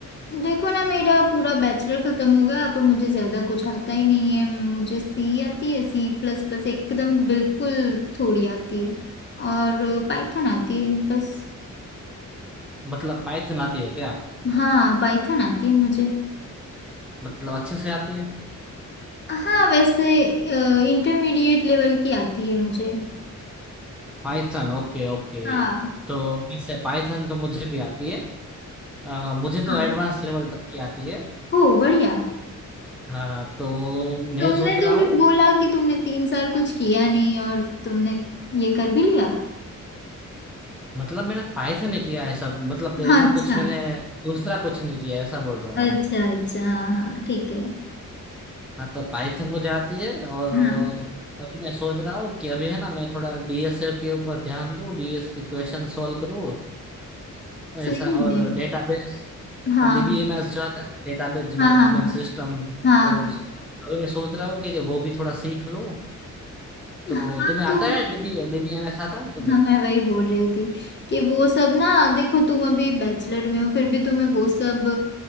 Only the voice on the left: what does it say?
देखो ना मेरा पूरा बैचलर खत्म हो गया अब मुझे ज्यादा कुछ आता ही नहीं है मुझे सी आती है सी प्लस प्लस एकदम बिल्कुल थोड़ी आती है और पाइथन आती है बस
हाँ पाइथन आती है मुझे
हाँ वैसे इंटरमीडिएट लेवल की आती है मुझे
हाँ
हाँ
ओ बढ़िया
तुमने
तो
अभी
बोला कि तुमने तीन साल कुछ किया नहीं और तुमने ये कर भी लिया
हाँ, अच्छा
अच्छा
अच्छा हाँ हाँ ठीक है
हाँ
सही
है
हाँ
हाँ
हाँ हाँ
हाँ
हाँ
तो
हाँ मैं वही बोल रही थी कि वो सब ना देखो तुम अभी बैचलर में हो फिर भी तुम्हें वो सब